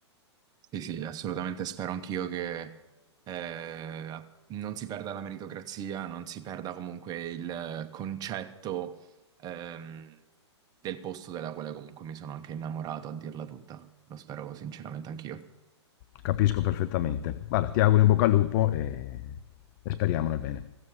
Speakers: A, on the right (about 25°); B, on the left (about 40°).
A: Sì, sì, assolutamente spero anch'io che eh, non si perda la meritocrazia, non si perda comunque il concetto ehm, del posto della quale comunque mi sono anche innamorato, a dirla tutta. Lo spero sinceramente anch'io.
B: Capisco perfettamente. Guarda, ti auguro in bocca al lupo e e speriamo nel bene.